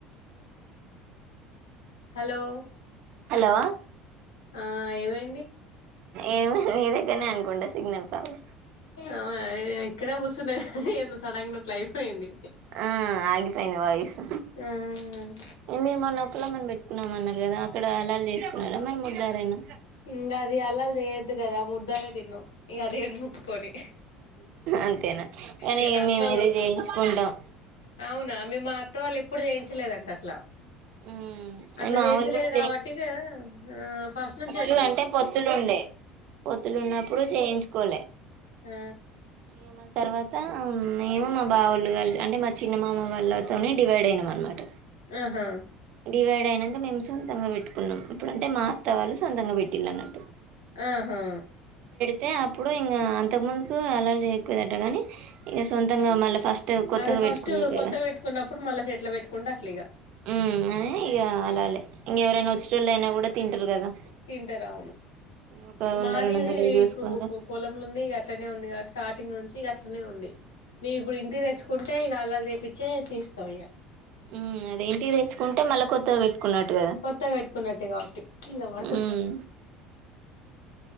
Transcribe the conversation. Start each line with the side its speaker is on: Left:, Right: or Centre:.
Left: hello
Right: hello
Left: ఆ ఏవై
Right: ఏమో నీ దగ్గరనే అనుకుంటా సిగ్నల్ ప్రాబ్లమ్
Left: అవునా ఇక్కడే కూర్చుండే ఎంత సడెన్ గా అట్లా అయిపోయింది
Right: ఆ ఆగిపోయింది వాయిసు
Left: ఆ
Right: మీరు మొన్న వకుళం అని పెట్ ఉన్నాం అన్నారు కదా అక్కడ హలాల్ చేసుకున్నారా మరి మీదాఎరైనా
Left: ఇంగ అది అల్లాలు చేయొద్దు కదా ముద్ధాలే తిన్నం ఇగ దేవుని ముక్కుకొని
Right: అంతేనా కానీ
Left: ఇక
Right: ఇగ
Left: తప్పదు
Right: మేమైతే చేయించుకుంటాం
Left: అవునా మీ మా అత్త వాళ్ళు ఎప్పుడు చేయించలేదంట అట్లా
Right: ఉమ్
Left: అట్ల
Right: మావోలు
Left: చేయించలేదు
Right: కూడా
Left: కాబట్టి ఇగా ఆ ఫస్ట్ నుంచె
Right: డు అంటే పొత్తులు ఉండే పొత్తులు ఉన్నప్పుడు చేయించుకోలే
Left: ఆ
Right: ఇగ మా తర్వాత అమ్ మేము మా బావోల్లు కాలి అంటే మా చిన్నమామ వాళ్ళతోనే డివైడ్ అయినాం అనమాట
Left: ఆహా
Right: డివైడ్ అయినంక మేము సొంతంగా పెట్టుకున్నం ఇప్పుడు అంటే మా అత్తవాళ్ళు సొంతంగా పెట్టిళ్ళు అన్నట్టు
Left: ఆహా
Right: తే అప్పుడు ఇంగా అంతకు ముందుకు అలాల్ చేయకపోయేదట కానీ ఇంక సొంతంగా మళ్ళ ఫస్ట్ కొత్తగా
Left: అదే ఫస్ట్
Right: పెట్టుకున్నారు
Left: కొత్తగా
Right: కదా
Left: పెట్టుకున్నప్పుడు మళ్ళ ఎట్ల పెట్టుకుంటే అట్ల ఇగ
Right: ఊ అని ఇగ అలాలే ఇంకెవరైనా వచ్చేటోళ్ళు అయినా కూడా తింటారు కదా
Left: తింటరు అవును
Right: ఒక వంద
Left: మాదేహి
Right: రెండు వందలవి చూసుకుంటా
Left: ఇప్పుడు పొ పొలంలో ఉంది అట్లనే ఉందిగా స్టార్ట్ టింగ్ నుంచి ఇగ అట్లనే ఉంది మేము ఇప్పుడు ఇంటికి తెచ్చుకుంటే ఇగ అలాల్ చేపిచ్చే తీస్తాం ఇగ
Right: ఊమ్ అది ఇంటికి తెచ్చుకుంటే మళ్ళా కొత్త పెట్టుకున్నట్టు కదా
Left: కొత్తగా పెట్టుకున్నట్టే కాబట్టి ఇల్ల పడుతది
Right: ఊమ్